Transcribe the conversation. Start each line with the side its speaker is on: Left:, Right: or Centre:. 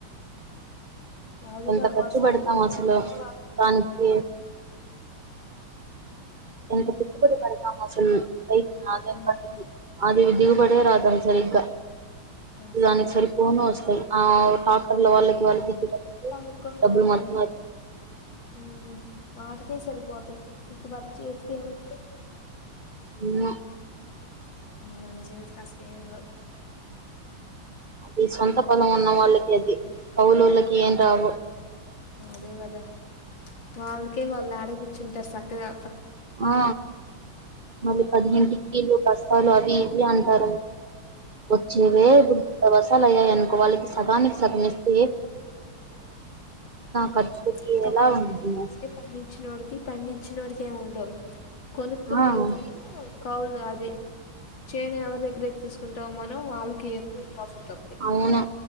Left: అదిగాక
Right: ఎంత ఖర్చు
Left: వర్షం
Right: పెడతాం అసలు
Left: <inaudible>
Right: దానికి ఎంత పెట్టుబడి పెడతామసలు రైతు
Left: ఆ
Right: <inaudible> ఆది దిగుబడే రా సరిగ్గా
Left: అసలు
Right: దానికి
Left: రా
Right: సరిపోను వస్తాయి ఆ ట్రాక్టర్ల వాళ్ళకి వాళ్ళకి ఇచ్చేటప్పటికి
Left: <inaudible>
Right: డబ్బులు మొత్తం అయిపోతాయి
Left: ఉమ్ వాటి కె సరిపోతయ్ ఇంక మన్ చేతికి ఏమిం
Right: ఉమ్
Left: మన చేతికసల్ ఏమ్ రావ్
Right: అది సొంత పొలం
Left: పాడేసింది.
Right: ఉన్న వాళ్ళకి అది కౌలోళ్లకి
Left: ఆ
Right: ఏం రావు
Left: అదే గదా వాళ్ళకే వాళ్ళడె కూర్చుంటారు సక్కగా
Right: ఆ మళ్ళి పదిహింటికీలు బస్తాలు అవి ఇవి అంటారం వచ్చేవే <inaudible> బసాలయ్యాయనుకో వాళ్ళకి సగానికి సగమిస్తే ఖర్చులకి
Left: ఇంకాప్పుడు
Right: ఎలా ఉండిద్ది మేస్
Left: పండించినోడికి పండించ్ ఉన్నోడికేం ఉండవ్ కొనుక్కునేళ్ళు
Right: ఆ ఉమ్
Left: కాను కౌలు అది చేన్ ఎవరి దగ్గరైతే తిసుకుం మనం వాళ్ళకి ఎక్కువ్ ప్రాఫిట్ అవుద్ది
Right: అవును